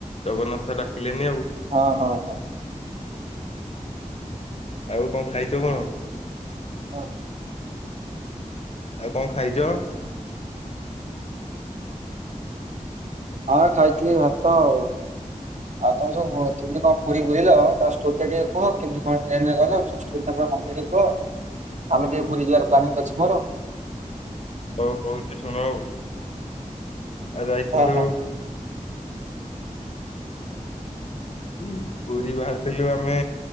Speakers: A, on the left (about 50°); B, on the right (about 60°).
A: ଜଗନ୍ନାଥ ଡକିଲେନି ଆଉ।
B: ହଁ ହଉ ହଉ।
A: ଆଉ କଣ ଖାଇଛ କଣ?
B: ହଁ।
A: ଆଉ କଣ ଖାଇଛ?
B: ହଁ ଖାଇଥିଲି ଭାତ ଆଉ। ଆଉ ତମେ ସବୁ କିମିତି କଣ ପୁରୀ ବୁଲିଲ ତା ଷ୍ଟୋରୀ ଟା ଟିକେ କୁହ କେମତି କଣ ଟ୍ରେନରେ ଗଲ? ସ୍କୁଲ୍ ଟା କଣ କଂପ୍ଲିଟ୍ ହେବ ଆମେ ଟିକେ ପୁରୀ ଯିବାର ପ୍ଲାନିଂ ଅଛି ମୋର।
A: ହଉ କହୁଛି ଶୁଣ ଆଉ। ଆ ଯାଇଥିଲୁ।
B: ହଁ ହଁ
A: ଉଁ ପୁରୀ ବାହାରିଥିଲୁ ଆମେ